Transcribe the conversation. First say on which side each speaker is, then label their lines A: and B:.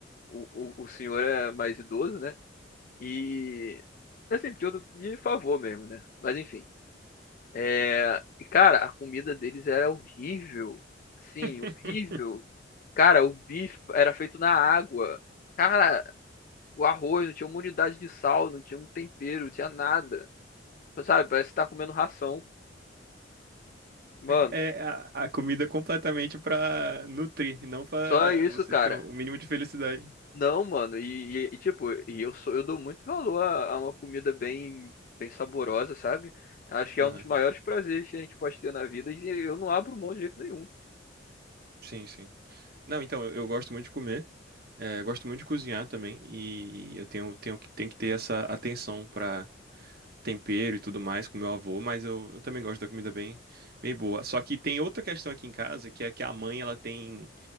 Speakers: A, on the left (about 45°); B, on the right (about 55°).
A: o, o, o senhor é mais idoso, né? E. Assim, porque eu tô de favor mesmo, né? Mas enfim. É... e, Cara, a comida deles era horrível. Assim,
B: <laughs>
A: horrível. Cara, o bife era feito na água. Cara, o arroz não tinha uma unidade de sal, não tinha um tempero, não tinha nada. Sabe, parece que tá comendo ração. Mano,
B: É a, a comida completamente para nutrir, não para
A: só isso,
B: você
A: cara.
B: ter o mínimo de felicidade.
A: Não, mano, e, e- e, tipo, e eu sou, eu dou muito valor a, a uma comida bem, bem saborosa, sabe? Acho que é
B: Aham.
A: um dos maiores prazeres que a gente pode ter na vida e eu não abro mão de jeito nenhum.
B: Sim, sim. Não, então, eu, eu gosto muito de comer, eh, gosto muito de cozinhar também, e eu tenho, tenho, que- tenho que ter essa atenção pra tempero e tudo mais com meu avô, mas eu, eu também gosto da comida bem, bem boa. Só que tem outra questão aqui em casa, que é que a mãe, ela tem,